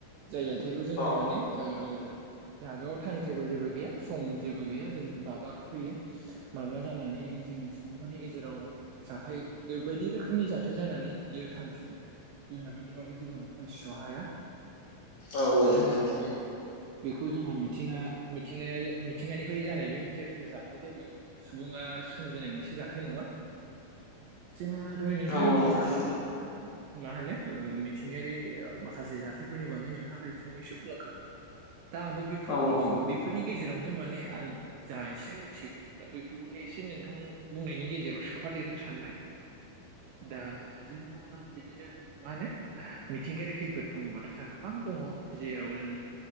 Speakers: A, on the right; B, on the left.
A: जाय जाथायखौ जोङो
B: औ
A: माने ओ जागायाव टाइम टेबोल जेबो गैया सम जेबो गैया जों माब्ला फैयो माब्ला जानानै जों सुबुंफोरनि गेजेराव जाथाय बायदि रोखोमनि जा थ जानानै इयो थांफिनो जोंहा बेनि बागै जेबो मोनथिस' हाया।
B: औ औ
A: मानो
B: नोंथां
A: होनोबा
B: औ
A: बेयाव बेखौ जोंहा मिथिङा मिथिंगायारि मिथिंगानिफ्राय जानाय बे मोनसे जाथायजों बेयाव सुबुङा सोमजिनाय मोनसे जाथाय नङा जोंहा दहाय नोंथाङा
B: औ औ
A: बुंलांखानाय
B: नोंथां औ
A: बायदिनो मा होनो ओ मिथिंगायारि माखासे जाथायफोरनि बागै नोंथाङा फंनैसो बुंलांखाबाय। दा आंबो बेफोरनि
B: औ औ
A: <unintelligible>
B: नोंथां औ
A: बेफोरनि गेजेरावनो माने आं जा एसे मिथिगौ दा बेैफोरखौनो एसे नों आं बुंनायनि गेजेराव सोफादेरनो सानबाय दा जोंहा बिदिनो मा होनो मिथिंगायारि खैफोद बुङोबाथ' जोंहा गोबां दङ जेराव जों